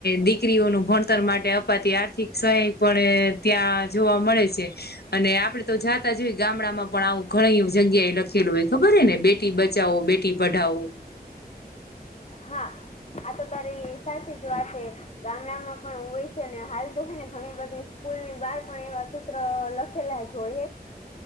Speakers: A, on the left; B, on the left.
A: દીકરીઓનું ભણતર માટે બધી આર્થિક સહાય પણ ત્યાં જોવા મળે છે. અને આપડે તો જાતા જોઈએ ગામડામાં પણ આવું ઘણી જગ્યાએ લખેલું હોય ખબર હે ને બેટી બચાવો બેટી પઢાવો.
B: હા આ તો તારી સાચી જ વાત છે. ગામડામાં પણ હોય છે અને હાલ તો હોય ને ઘણી બધી સ્કૂલ ની બહાર પણ એવા સૂત્ર લખેલા જોઈએ